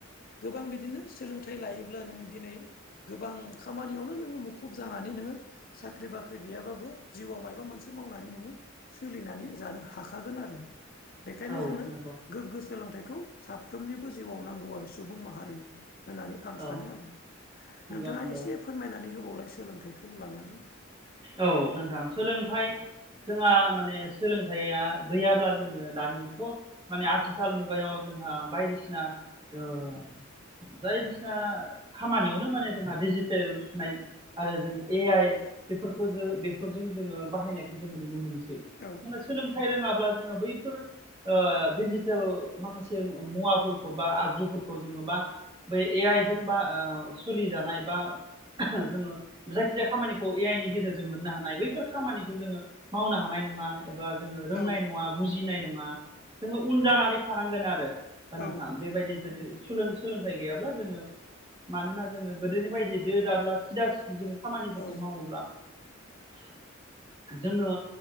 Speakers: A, on the left; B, on the right.
A: गोबां बिदिनो सोलोंथाइ लायोब्ला नों दिनै गोबां खामानियावनो नोङो मुखुब जानानै नोङो साख्रि बाख्रि गैयाबाबो जिउआव मायबा मोनसे मावनानै नोङो सोलिनानै जानो हाखागोन आरो बेखायनो
B: औ
A: जोंङो
B: नंगौ
A: गोग्गो सोलोंथाइखौ साफ फ्रोमनिबो जिउआव नांगौ आरो सुबुं माहारिनो होननानै आं
B: औ
A: सानो आरो
B: नंगौ
A: नोंथाङा
B: नंगौ
A: एसे फोरमायनानै होबावलाय सोलोंथाइखौ लानानै
B: औ नोंथां सोलोंथाइ जोंहा माने सोलोंथाइया गैयाब्ला जोङो दानिथ माने आथिखाल मुगायाव जोंहा बायदिसिना जायदिसिना खामानियावनो माने जोंहा डिजिटेल होननाय आरो जों ए आइ बेफोरखौ जो बेफोरजों जोङो बाहायनायखौ जोङो नुनो मोनसै
A: औ
B: माने सोलोंथाइ रों ङाब्ला जोङो बैफोर डिजिटेल माखासे मुवाफोरखौ बा आगजुफोरखौ जों बा बै ए आइ जों बा सोलिजानाय बा जोङो जायखिजाया खामानिखौ ए आइ नि गेजेरजों मोननो हानाय बैफोर खामानिखौ जोंङो मावनो हानाय नङा एबा जोंङो रोंनाय
A: औ
B: नङा बु जिनाय नङा जोङो उन जानानै थानांगोन आरो दा नोंथां
A: औ
B: बेबायदि जु सोलोंथाइ गैयाब्ला जोङो मानोना जोङो गोदोनि बायदि दो दाब्ला सिदा सिद जों खामानिफोरखौ
A: औ
B: मावोब्ला जोंनो